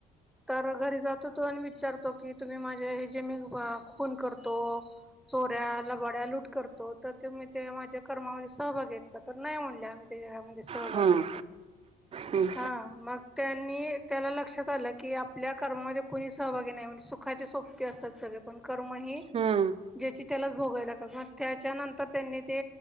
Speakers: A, in the centre; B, on the right.
A: तर घरी जातो तो आणि विचारतो की तुम्ही माझे हे जे मी खून करतो चोऱ्याला लबाड्या लूट करतो तर ते ते माझ्या कर्मामध्ये सहभागी आहेत का तर नाही म्हणले आम्ही त्याच्यामध्ये सहभागी
B: हम्म हम्म
A: हा मग त्यांनी त्याला लक्षात आलं की आपल्या कर्मामध्ये कोणीच सहभागी नाही म्हणजे सुखाचे सोबती असतात सगळे पण कर्म हे
B: हम्म
A: ज्याची त्यालाच भोगाय लागते मग त्याच्या नंतर त्यांनी ते